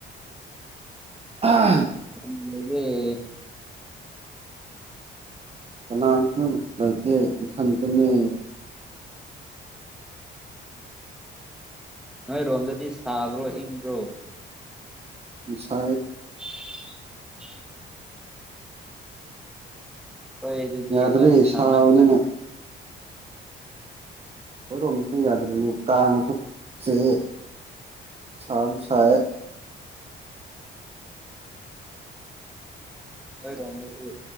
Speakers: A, on the right; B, in the centre.
A: ꯑꯥ
B: ꯅꯦ
A: ꯀꯅꯥꯝꯇ ꯂꯩꯇꯦ ꯏꯊꯟꯇꯅꯤ
B: ꯅꯣꯏ ꯔꯣꯝꯗꯗꯤ ꯁꯥꯕ꯭ꯔꯣ ꯏꯪꯕ꯭ꯔꯣ
A: ꯁꯥ
B: <unintelligible> ꯍꯣꯏꯦ ꯑꯗꯨꯗꯤ
A: ꯌꯥꯗ꯭ꯔꯦ ꯁꯥꯕꯅꯤꯅ
B: ꯑ ꯃ ꯃ
A: ꯍꯣꯏꯔꯣꯝꯗꯁꯨ ꯌꯥꯗ꯭ꯔꯅꯤ ꯀꯥꯡꯉꯁꯨ ꯆꯦ ꯁꯥ ꯍ
B: ꯍꯣꯏ ꯔꯝꯅꯤꯗꯤ